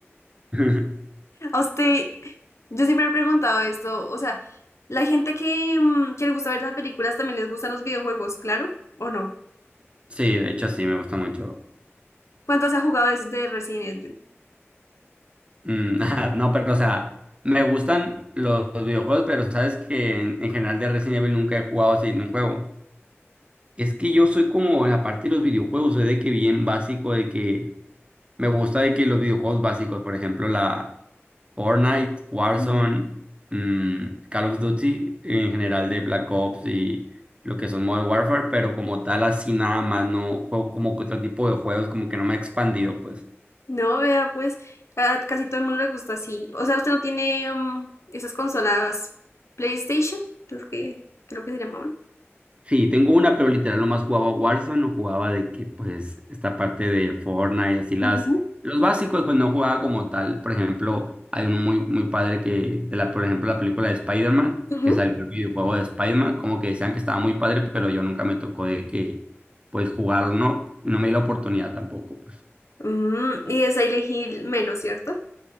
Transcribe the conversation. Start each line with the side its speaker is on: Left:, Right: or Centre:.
Right: <laughs>
Left: A usted, yo siempre me he preguntado esto, o sea, la gente que, mm, que le gusta ver las películas también les gustan los videojuegos, claro, ¿o no?
Right: Sí, de hecho sí, me gusta mucho.
Left: ¿Cuántos ha jugado de esos de Resident Evil?
Right: Mm, <laughs> ajá, no, pero o sea, me gustan los, los videojuegos, pero sabes que en, en general de Resident Evil nunca he jugado así en un juego. Es que yo soy como en la parte de los videojuegos, soy de que bien básico, de que me gusta de que los videojuegos básicos, por ejemplo, la Fortnite, Warzone,
Left: ¿No?
Right: mm, Call of Duty, en general de Black Ops y lo que son Modern Warfare, pero como tal así nada más, no juego como que otro tipo de juegos, como que no me ha expandido, pues.
Left: No, vea, pues a casi todo el mundo le gusta así. O sea, usted no tiene mm, esas consolas PlayStation, creo que, creo que se llamaban.
Right: Sí, tengo una, pero literal nomás jugaba Warzone, no jugaba de que, pues, esta parte de Fortnite, así las,
Left: Ujú,
Right: los básicos, pues no jugaba como tal. Por ejemplo, hay uno muy, muy padre que, de la, por ejemplo, la película de Spider-Man,
Left: ujú.
Right: que salió el videojuego de Spider-Man, como que decían que estaba muy padre, pero yo nunca me tocó de que, pues, jugarlo, no, no me di la oportunidad tampoco, pues.
Left: Mm, y de Silent Hill menos, ¿cierto?